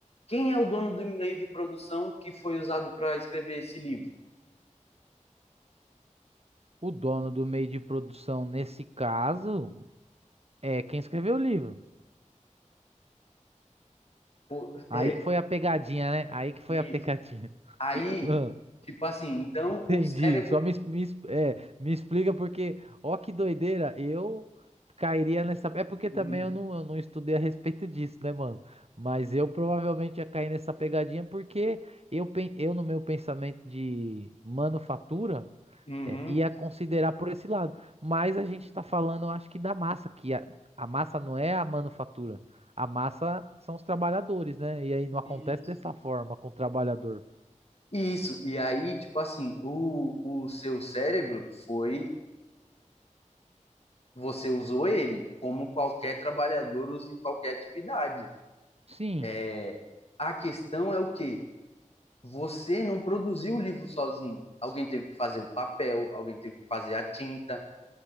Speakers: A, on the left; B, on the right.
A: quem é o dono do meio de produção que foi usado para escrever esse livro?
B: o dono do meio de produção, nesse caso, é quem escreveu o livro.
A: Pô, <laughs>
B: Aí
A: é,
B: que foi a pegadinha, né? Aí que foi
A: isso.
B: a pegadinha. <laughs>
A: Aí, tipo assim, então
B: Entendi.
A: o cérebro.
B: Só me, es- me, es- é, me explica porque, ó, que doideira, eu cairia nessa. É porque
A: <laughs>
B: também eu não, eu não estudei a respeito disso, né, mano? Mas eu provavelmente ia cair nessa pegadinha porque eu, pen- eu no meu pensamento de manufatura,
A: Uhum.
B: é, ia considerar por esse lado. Mas a gente tá falando, eu acho que da massa, que a, a massa não é a manufatura. A massa são os trabalhadores, né? E aí não acontece
A: E-
B: dessa forma com o trabalhador.
A: Isso, e aí, tipo assim, o, o seu cérebro foi, você usou ele, como qualquer trabalhador usa em qualquer atividade.
B: Sim.
A: É, A questão é o quê? Você não produziu o livro sozinho. Alguém teve que fazer o papel, alguém teve que fazer a tinta.